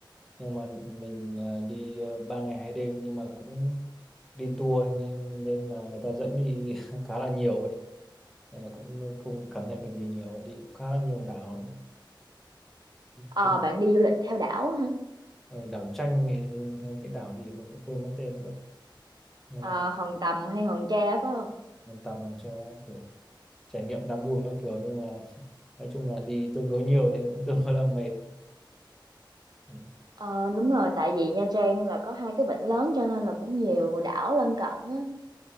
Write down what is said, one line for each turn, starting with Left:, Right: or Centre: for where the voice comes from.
Centre: nhưng mà mình ờ, đi ờ, ba ngày hai đêm nhưng mà cũng đi tour nên, nên là người ta dẫn đi <laughs> khá là nhiều nên là cũng không cảm nhận được gì nhiều đi cũng khá là nhiều đảo
Right: Ờ,
Centre: cái
Right: bạn đi du lịch theo đảo ha
Centre: ờ, đảo tranh hay cái đảo gì mình cũng quên mất tên nữa nên
Right: Ờ,
Centre: là
Right: Hòn Tầm hay Hòn Tre phải không
Centre: mình tạm làm cho kiểu trải nghiệm đáng buồn các kiểu nhưng mà <laughs> nói chung là đi tương đối nhiều nên cũng tương đối là mệt ừ.
Right: Ờ, đúng rồi tại vì Nha Trang là có hai cái vịnh lớn cho nên là cũng nhiều đảo lân cận á